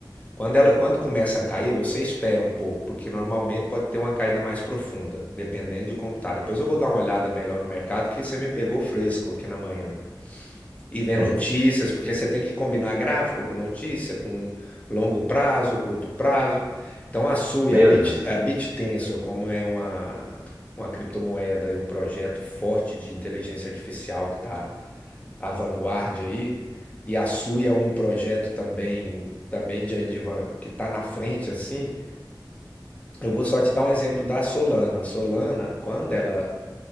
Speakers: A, on the left; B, on the right.
A: quando ela, quando começa a cair, você espera um pouco, porque normalmente pode ter uma caída mais profunda, dependendo de como tá. Depois eu vou dar uma olhada melhor no mercado, que você me pegou fresco aqui na manhã. E ver
B: <laughs>
A: notícias, porque você tem que combinar gráfico com notícia, com longo prazo, curto prazo. Então a sua
B: Meu
A: e a Bit,
B: Deus.
A: a BitTensor, como é uma, uma criptomoeda e um projeto forte de inteligência artificial que está a vanguarda aí, e a sua é um projeto também também de, de van- que está na frente assim. Eu vou só te dar um exemplo da Solana. A Solana, quando ela